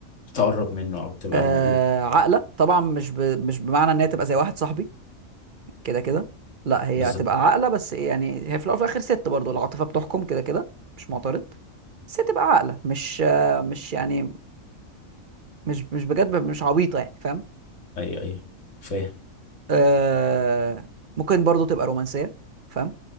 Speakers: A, on the left; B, on the right.
A: تقرب منه او تبقى
B: آه
A: موجود في
B: عقلة
A: حياته
B: طبعا مش ب... مش بمعنى ان هي تبقى زي واحد صاحبي كده كده لا هي
A: بالظبط
B: هتبقى عاقله بس إيه يعني هي في الاول وفي الاخر ست برضه العاطفه بتحكم كده كده مش معترض بس هي تبقى عاقله مش آه، مش يعني مش مش بجد مش عبيطه يعني فاهم
A: ايوه ايوه فاهم
B: آه ممكن برضه تبقى رومانسيه فاهم